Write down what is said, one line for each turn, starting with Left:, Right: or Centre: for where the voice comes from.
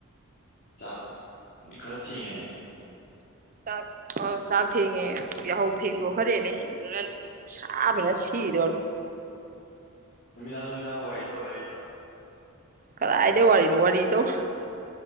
Left: ꯆꯥꯛ ꯈꯔ ꯊꯦꯡꯉꯦꯅꯦ
Right: ꯆꯥꯛ ꯑ ꯆꯥꯛ ꯊꯦꯡꯉꯦ ꯌꯥꯍꯧ ꯊꯦꯡꯗꯣ ꯈꯔꯦꯅꯦ ꯑꯗꯨꯅ ꯁꯥꯕꯅ ꯁꯤꯗꯣꯔꯦ
Left: ꯅꯨꯃꯤꯗꯥꯡ ꯅꯨꯃꯤꯗꯥꯡ ꯋꯥꯔꯤ ꯇꯧꯔ ꯂꯩꯔꯤꯕ꯭ꯔꯥ
Right: ꯀꯥꯔꯥꯏꯗꯩ ꯋꯥꯔꯤ ꯋꯥꯔꯤ ꯇꯧ